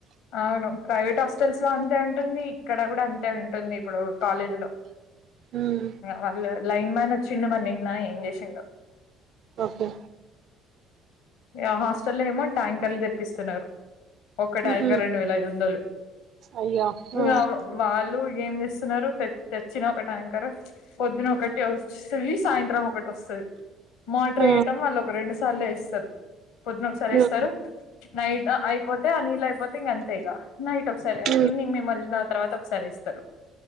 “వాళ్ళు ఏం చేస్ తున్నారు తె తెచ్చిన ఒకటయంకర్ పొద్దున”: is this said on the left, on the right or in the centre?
Left